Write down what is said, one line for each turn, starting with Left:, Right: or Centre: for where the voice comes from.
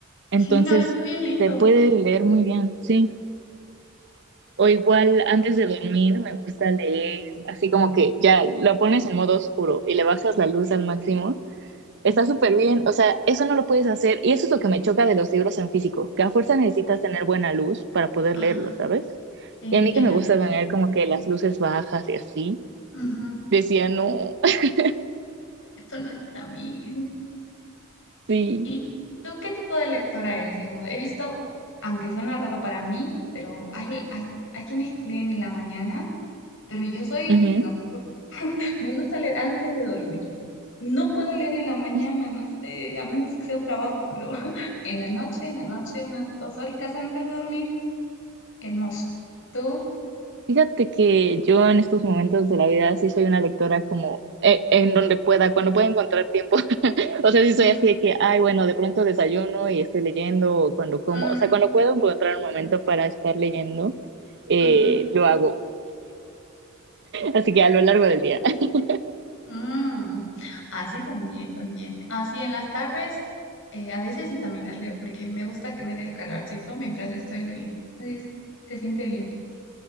Right: Entonces,
Left: Sí, no, está bien lindo.
Right: te puede leer muy bien, sí. O igual antes de dormir me gusta leer, así como que ya lo pones en modo oscuro y le bajas la luz al máximo está súper bien, o sea, eso no lo puedes hacer y eso es lo que me choca de los libros en físico, que a fuerza necesitas tener buena luz para poder
Left: Ujú.
Right: leerlo, ¿sabes?
Left: Sí,
Right: Y a mí
Left: en
Right: que me
Left: la-
Right: gusta tener como que las luces bajas y así,
Left: Ujú.
Right: decía, no, <laughs>
Left: Esto no es para mí.
Right: sí.
Left: ¿Y tú qué tipo de lectora eres? Digamos, he visto, aunque suena raro para mí, pero hay, hay, hay quienes leen en la mañana, pero yo soy
Right: ujú.
Left: nocturna. <laughs> Me gusta leer antes de dormir. No puedo leer en la mañana,
Right: Fí-
Left: no sé, a menos que sea un trabajo, pero <laughs> en la noche, en la noche, unas dos horitas antes de dormir, hermoso. ¿Tú?
Right: Fíjate que yo en estos momentos de la vida sí soy una lectora como eh, en donde pueda, cuando pueda encontrar tiempo. <laughs> O sea, sí soy
Left: Ujú.
Right: así de que, ay, bueno, de pronto desayuno y estoy leyendo o cuando como,
Left: Mm,
Right: o sea, cuando puedo encontrar un momento para estar leyendo, eh,
Left: ujú.
Right: lo hago. Así que a lo largo del día. <laughs>
Left: Mm, así también, también. Así en las tardes, eh, a veces sí también las leo, porque me gusta que me dé el calorcito mientras estoy leyendo. Así es- se siente bien.